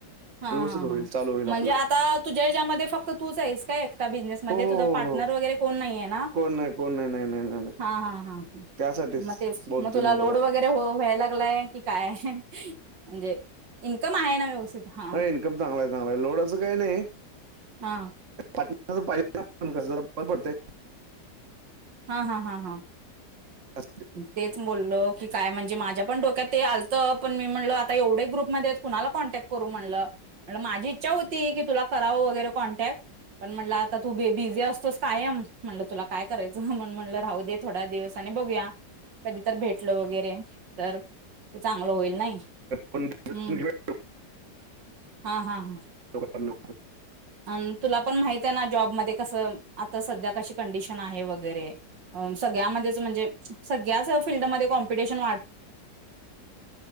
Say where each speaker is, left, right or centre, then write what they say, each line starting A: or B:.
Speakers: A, on the right; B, on the right.
A: हा
B: व्यवस्थित
A: हा
B: होईल
A: हा
B: चालू होईल आपलं
A: म्हणजे आता तुझ्या हच्यामध्ये फक्त तूच आहेस का एक्स्ट्रा बिझनेस म
B: हो हो
A: तुझा पार्टनर
B: हो हो
A: वगैरे कोण नाही आहे ना
B: कोण नाही कोण नाही नाही नाही नाही नाही
A: हा ह ह
B: त्यासाठीच
A: मग तेच
B: बोलतोय
A: मग तुला
B: मी
A: लोड वगैरे व्हायला लागलाय की काय ह म्हणजे इन्कम आहे ना व्यवस्ित <unintelligible>
B: ह इन्कम चांगला आहे चांगला लोड असं काही नाही
A: हा
B: पाहिजेस जरा बर पडते
A: हा हा हा हा
B: त्यासाठी.
A: तेच बोललो की काय म्हणजे माझ्या पण डोक्यात ते आलतं पण मी म्हण आता एवढे ग्रुपमध्ये कुणाला कॉन्टॅक्ट करू म्हटलं म्हण माझी इच्छा होती की तुला कराव वगैरे कॉन्टॅक्ट पण म्हण आता तू ब बिझी असतोस कायम म्हटलं तुला काय करायचं म्हण म्हटलं राहू दे थोड्या दिवस बघूया कधी तर भेटल वगैरे तर ते चांगलं होईल नाही
B: पण
A: हम्
B: घेऊया
A: हा हा हा
B: ल
A: अ तुला पण माहित आहे ना जॉबमध्ये कस आता सध्या कशी कंडिशन आहे वगैरे सगळ्यामध्येच म्हणजे सगळ्याच फीलल्डमध्ये कॉम्पिटिशन वाढत